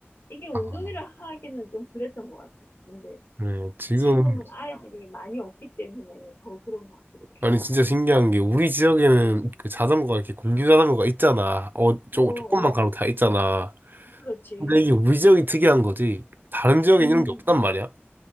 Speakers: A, on the left (about 55°); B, on the right (about 50°).
A: 이게 운동이라
B: 아,
A: 하기는 좀 그랬던 것 같아. 근데
B: 그래. 지금,
A: 지금은 아이들이 많이 없기 때문에 더 그런 것 같기도 해.
B: 아니, 진짜 신기한 게, 우리 지역에는 그 자전거가 이렇게 공유 자전거가 있잖아. 어, 조,
A: 어, 어,
B: 조금만 가로 다 있잖아.
A: 그렇지.
B: 근데 이게 우리 지역이 특이한 거지. 다른 지역엔
A: 음.
B: 이런 게 없단 말이야.